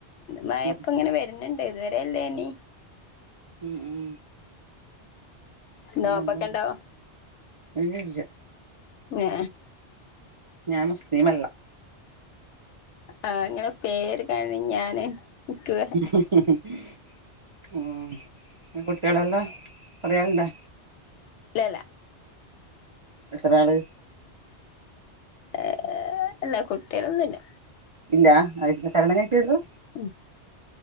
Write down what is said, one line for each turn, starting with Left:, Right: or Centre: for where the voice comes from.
Left: മഴ
Right: ഉം
Left: ഇപ്പോ ഇങ്ങനെ വരുന്നുണ്ട് ഇതുവരെ ഇല്ലേനി
Right: ഉം ഉം പിന്നെന്താണ്
Left: നോമ്പൊക്കെ ഉണ്ടോ
Right: ഒന്നുമില്ല
Left: ങേ
Right: ഞാൻ മുസ്ലിം അല്ല
Left: ആഹ് അങ്ങനെ പേര് കാണി ഞാന് ഇക്ക്
Right: <inaudible> ആഹ് പിന്നെ കുട്ടികളെല്ലാം എത്ര ആളുണ്ട്
Left: ഇല്ല ഇല്ല
Right: എത്ര ആള്
Left: ഏ ഇല്ലാ കുട്ടികളൊന്നുമില്ല
Right: ഇല്ല ആയിട്ടില്ല കല്യാണം കഴിച്ചതേ ഉള്ളൂ
Left: ഉം